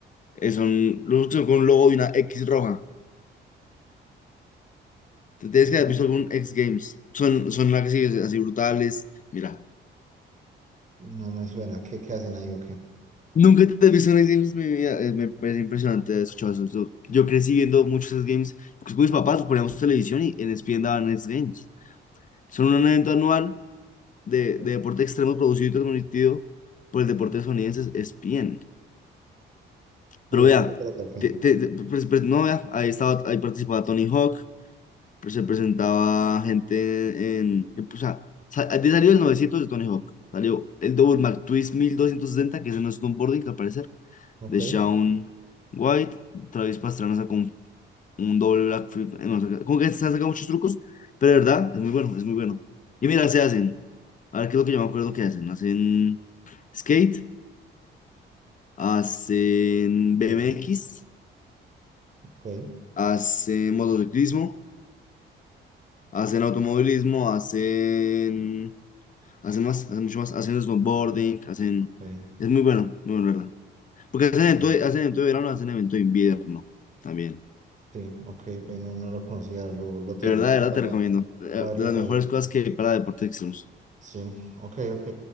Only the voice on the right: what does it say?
no,
no me suena. ¿Qué, qué hacen ahí o qué?
Sí.
¿Y
de
qué se trata o qué?
Ok,
interesante.
ok,
ok.
mm,
Sí, ok, pero no, no lo conocía, lo, lo
tendré
en
cuenta
para
verlo
por
ahí.
Sí, ok, ok.